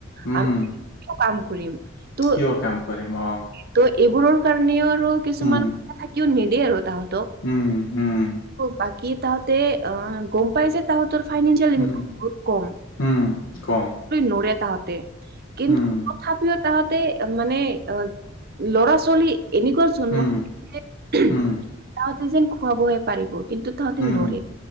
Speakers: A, on the left; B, on the right.
A: উম,
B: আ <inaudible> কিয় কাম কৰিম? ত'
A: কিয় কাম কৰিম, অ'।
B: ত' এইবোৰৰ কাৰণেও আৰু কিছুমান
A: উম,
B: কা থাকিও নিদে আৰু তাহত
A: উম, উম,
B: বাকী তাহতে অ' গম পাই যে তাহতৰ ফাইনেঞ্চিয়েল ইনকাম
A: উম,
B: বহুত কম
A: উম, কম
B: নৰে তাহতে কিন্তু
A: উম,
B: তথাপিও তাহতে মানে অ' ল'ৰা ছোৱালী এনেকুৱা জন্ম
A: উম,
B: যে
A: উম,
B: তাহতে যেন খুৱাবহে পাৰিব কিন্তু তাহাঁতে
A: উম,
B: নৰে